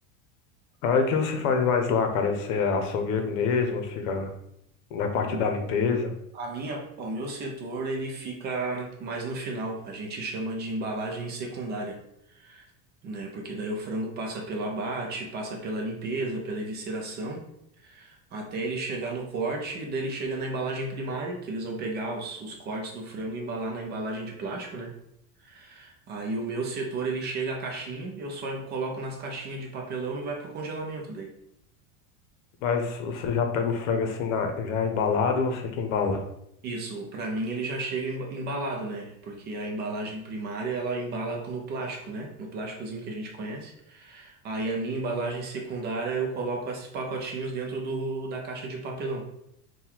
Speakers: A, on the left; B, on the right.
A: Aí o que você faz mais lá, cara? Você é açougueiro mesmo, fica na parte
B: Não.
A: da limpeza.
B: O- A minha, o meu setor ele fica mais no final. A gente chama de embalagem secundária. né? Porque daí o frango passa pelo abate, passa pela limpeza, pela evisceração, até ele chegar no corte, daí ele chega na embalagem primária, que eles vão pegar os, os cortes do frango e embalar na embalagem de plástico, né? Aí o meu setor ele chega à caixinha, eu só coloco nas caixinhas de papelão e vai pro congelamento daí.
A: Mas você já pega o frango assim, na- já embalado, ou você que embala?
B: Isso, pra mim ele já chega emba- embalado, né? Porque a embalagem primária ela embala no plástico, né? No plásticozinho que a gente conhece. Aí a minha embalagem secundária eu coloco esses pacotinhos dentro do, da caixa de papelão.